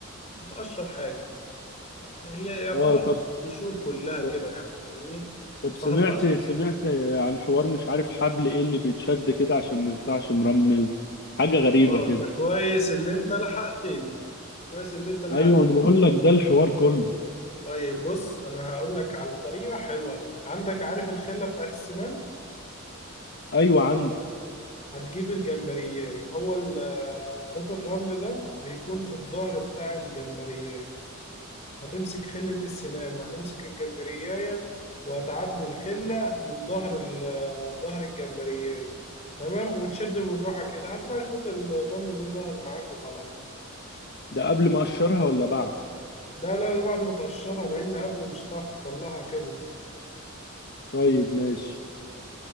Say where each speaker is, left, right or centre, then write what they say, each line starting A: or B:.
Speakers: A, on the left; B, on the left.
A: بتقشر حاجة هي يعتبر
B: اه طب
A: قشور كلها
B: طب
A: كده يعني فاهمني
B: طب
A: فهتقش
B: سمعت سمعت عن حوار مش عارف حبل ايه اللي بيتشد كده عشان ما يطلعش مرمل حاجة غريبة
A: اه
B: كده
A: انت كويس اللي انت لحقتني كويس اللي انت لحقتني
B: ايوه انا بقول لك ده الحوار كله
A: طيب بص انا هقول لك على طريقه حلوه قوي عندك عارف الخله بتاعت السنان
B: ايوه عندي
A: هتجيب الجمبرياي هو ال- آه، خيط الرمل ده بيكون في الظهر بتاع الجمبرياي هتمسك خلة السنان وهتمسك الجمبرياية وهتعدي الخلة من ظهر ال- آه، ظهر الجمبرياية تمام وتشد بالراحة كده هتلاقي خيط ال- الرمل ده ظهر معاك وطلع
B: ده قبل ما اقشرها ولا بعد
A: لا لا ده بعد ما تقشرها لأن قبل مش هتعرف تطلعها كده
B: طيب ماشي